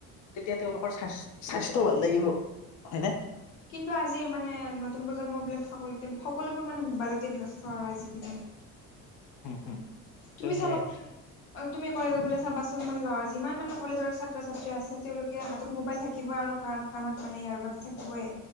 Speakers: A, on the left; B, on the left.
A: তেতিয়া তেওঁলোকৰ স্বাস্থ স্বাস্থ্য ভাল থাকিব, হয়নে?
B: কিন্তু আজিৰ মানে নতুন প্ৰজন্মবিলাক সকলোতে সকলোবোৰ মানে মোবাইলতে ব্যস্ত আৰু আজিৰ দিনত।
A: <inaudible> হম
B: তুমি
A: ত' সেয়াই
B: চাবা উ অ', তুমি কলেজত গলে চাবাচোন মানে ল যিমান মানে কলেজৰ ছাত্ৰ - ছাত্ৰী আছে, তেওঁলোকে হাতত মোবাইল থাকিব আৰু কাণ কাণত মানে ইয়াৰ বাগ থাকিবই।